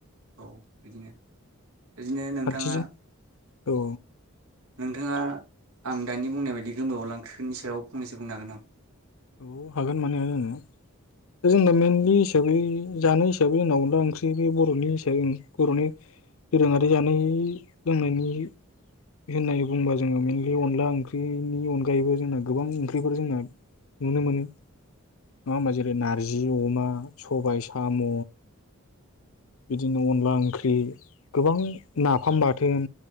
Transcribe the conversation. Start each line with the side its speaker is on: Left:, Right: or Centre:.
Right: औ बिदिनो। बिदिनो नोंथाङा
Left: खान्थिजों औ
Right: नोंथाङा आं दानि बुंनाय बायदि गोमो अनला ओंख्रिनि सायाव फंनैसो बुंनो हागोन नामा?
Left: औ हागोन मानो हाया जानो। दा जोंना मेनलि हिसाबै जानाय हिसाबै जोंनाव अनला ओंख्रि बे बरनि हिसाबै बरनि दोरोङारि जानाय लोंनायनि होननानै बुंबा जोङो मेनलि अनला ओंख्रिनि अनगायैबो जोंना गोबां ओंख्रिफोर जोंना नुनो मोनो नङा होमबा जेरै नारजि अमा सबाय साम बिदिनो अनला ओंख्रि गोबां नाफाम बाथोन